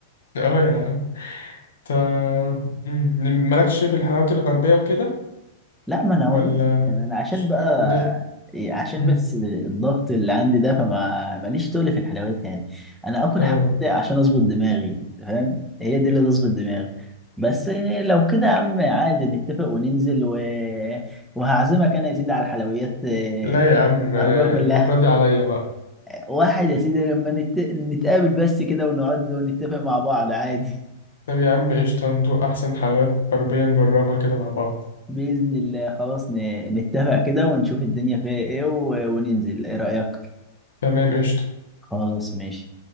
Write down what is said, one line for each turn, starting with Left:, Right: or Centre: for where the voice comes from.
Left: اه يا عم انت مم. مالكش في الحلاوة الغربية وكده
Centre: لا ما انا والله
Left: ولا
Centre: يعني انا عشان
Left: ش-
Centre: بقى
Left: كنافة؟
Centre: إيه، عشان
Left: مم.
Centre: بس الضغط اللي عندي ده فما ماليش تقل في الحلويات يعني انا اكل
Left: اه
Centre: حلويات عشان اظبط دماغي فاهم هي دي اللي تظبط دماغي بس إيه، لو كده يا عم عادي نتفق وننزل و... وهعزمك انا يا سيدي على الحلويات إيه،
Left: لا يا عم
Centre: الغربية
Left: آه،
Centre: كلها
Left: المرة دي عليا بقى
Centre: واحد يا سيدي لما نت... نتقابل بس كده ونقعد ونتفق مع بعض عادي
Left: طب يا عم قشطة ندوق أحسن حلويات غربية نجربها كده مع بعض
Centre: بإذن الله خلاص ن... نتفق كده ونشوف الدنيا فيها ايه و... وننزل ايه رأيك
Left: تمام قشطة
Centre: خلاص ماشي